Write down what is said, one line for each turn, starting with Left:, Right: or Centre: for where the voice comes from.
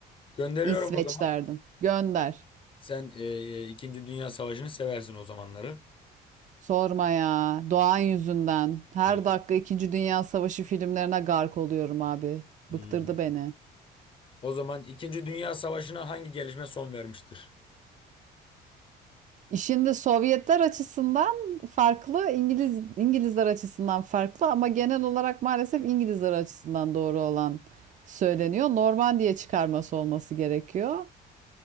Left: Gönderiyorum
Right: İsveç
Left: o zaman.
Right: derdin. Gönder.
Left: Sen e, e, İkinci Dünya Savaşı'nı seversin o zamanları.
Right: Sorma ya. Doğan yüzünden. Her
Left: Evet.
Right: dakika İkinci Dünya Savaşı filmlerine gark oluyorum abi.
Left: Hmm.
Right: Bıktırdı beni.
Left: O zaman İkinci Dünya Savaşı'na hangi gelişme son vermiştir?
Right: Şimdi Sovyetler açısından farklı, İngiliz İngilizler açısından farklı ama genel olarak maalesef İngilizler açısından doğru olan söyleniyor. Normandiya çıkarması olması gerekiyor